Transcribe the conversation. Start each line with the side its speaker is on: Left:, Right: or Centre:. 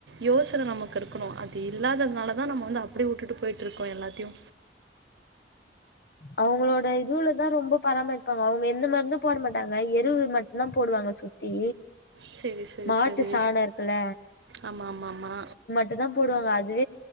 Right: யோசன நமக்கு இருக்கணும் அது இல்லாததுனால தா நம்ம வந்து அப்டி வுட்டுட்டு போயிட்டு விட்ருக்கோ எல்லாத்தையு
Left: அவுங்களோட இதுலதா ரொம்ப பராமரிப்பாங்க அவுங்க எந்த மருந்தும் போட மாட்டாங்க எருவு மட்டுதா போடுவாங்க சுத்தி
Right: சேரி சேரி
Left: மாட்டு
Right: சேரி
Left: சாணோ இருக்குல்ல
Right: ஆமா ஆமா ஆமா
Left: அதா போடுவாங்க அது